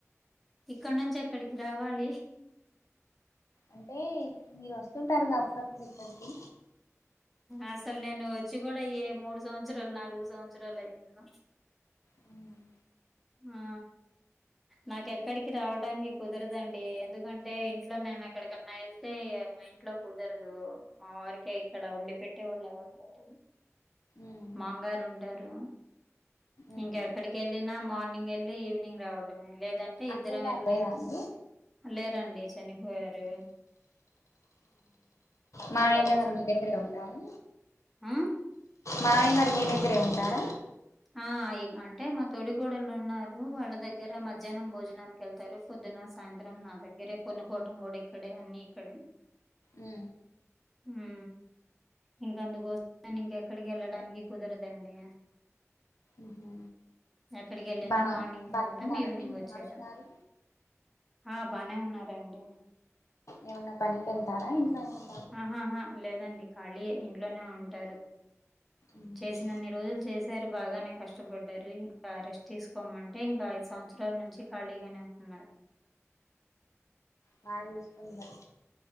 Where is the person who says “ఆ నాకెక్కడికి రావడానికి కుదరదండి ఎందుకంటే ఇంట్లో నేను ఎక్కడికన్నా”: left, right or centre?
Centre